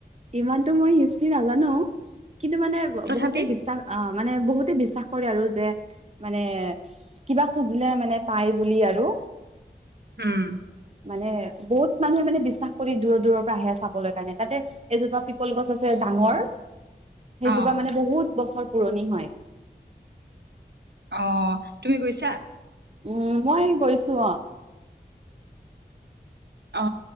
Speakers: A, on the right; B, on the right.
A: ইমানতো মই হিষ্ট্ৰী নাজানো কিন্তু মানে
B: তথাপি?
A: বহুতে বিশ্বাস অ মানে বহুতে বিশ্বাস কৰে আৰু যে মানে কিবা খুজিলে মানে পায় বুলি আৰু
B: উম
A: মানে বহুত মানুহে মানে বিশ্বাস কৰি দূৰৰ দূৰৰ পৰা আহে চাবলৈ কাৰণে তাতে এজোপা পিপল গছ আছে ডাঙৰ সেইজোপা
B: অ',
A: মানে বহুত বছৰ পুৰণি হয়
B: অ তুমি গৈছা
A: উম মই গৈছো অ
B: অ